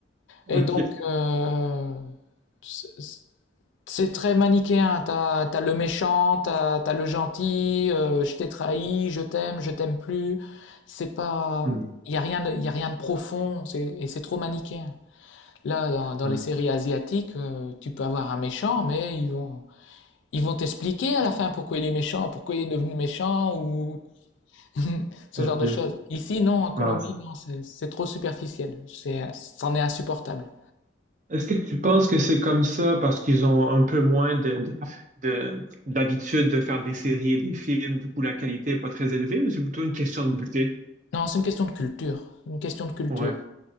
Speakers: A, on the right; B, on the left.
A: OK.
B: Et donc, euh, c'est c'est très manichéen. T'as, t'as le méchant, t'as, t'as le gentil, euh, je t'ai trahi, je t'aime, je t'aime plus. C'est pas,
A: Hmm.
B: il y a rien de, y a rien de profond, c'est, et c'est trop manichéen. Là, dans, dans
A: Ah.
B: les séries asiatiques, euh, tu peux avoir un méchant, mais ils vont, ils vont t'expliquer à la fin pourquoi il est méchant, pourquoi il est devenu méchant, ou <laughs> ce
A: Ok.
B: genre de choses. Ici, non, en Colombie,
A: Ah.
B: non, c'est c'est trop superficiel. C'est, c'en est insupportable.
A: Est-ce que tu penses que c'est comme ça parce qu'ils ont un peu moins de, de, de- d'habitude de faire des séries et des films, du coup la qualité n'est pas très élevée, ou c'est plutôt une question de budget?
B: Non, c'est une question de culture. Une question de culture.
A: Ouais,